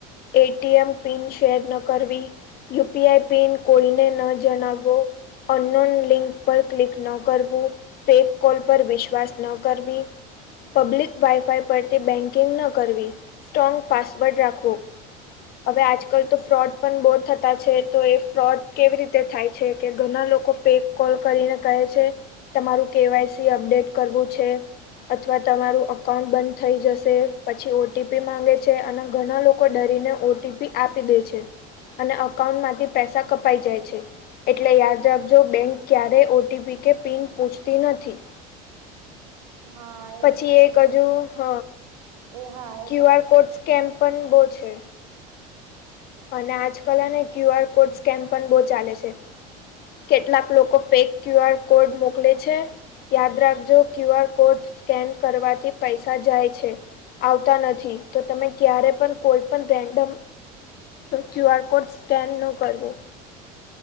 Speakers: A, on the left; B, on the right.
A: એટીએમ પિન શેર ન કરવી યુપીઆઈ પિન કોઈને ન જણાવવો અન્નોન લિંક પર ક્લિક ન કરવું. ફેક કોલ પર વિશ્વાસ ન કરવી. પબ્લિક વાયફાઈ પરથી બેન્કિંગ ન કરવી સ્ટ્રોંગ પાસવર્ડ રાખવો. અવે આજકાલ તો ફ્રોડ પણ બો થતા છે તો એ ફ્રોડ કેવી રીતે થાય છે કે ઘણા ના લોકો ફેક કોલ કરીને કહે છે. તમારું કેવાયસી અપડેટ કરવું છે. અથવા તમારું અકાઉન્ટ બંધ થઈ જશે પછી ઓટીપી માંગે છે અને ઘના લો કો ડરીને ઓટીપી આપી દે છે અને અકાંઉન્ટ માંથી પૈસા કપાઈ જાય છે. એટલે યાદ રાખજો બેંક ક્યારેય ઓટીપી કે પિન પૂછતી નથી.
B: હાય.
A: પછી એક હજુ હ
B: એ હાય
A: ક્યુ આર કોડ સ્કેમ પણ બો છે. અને આજકાલ અને ક્યુ આર કોડ સ્કેમ પણ બો ચાલે છે. કેટલાક લોકો ફેક ક્યુ આર કોડ મોકલે છે. યાદ રાખજો ક્યુ આર કોડ સ્કેન કરવાથી પૈસા જાય છે. આવતા નથી તો તમે ક્યારે પણ કોઈ પણ random Q R code scan ન કરવો.